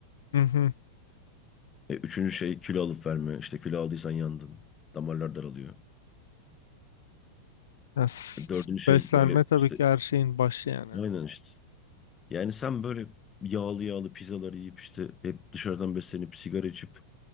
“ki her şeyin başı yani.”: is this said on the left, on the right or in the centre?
Left